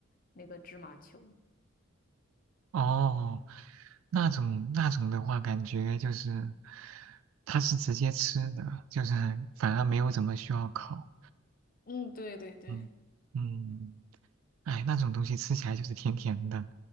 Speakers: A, on the left; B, on the right.
A: 那个芝麻球。
B: 哦，那种那种的话，感觉就是它是直接吃的，就是反而没有怎么需要烤。
A: 嗯，对对对，
B: 嗯嗯。哎，那种东西吃起来就是甜甜的，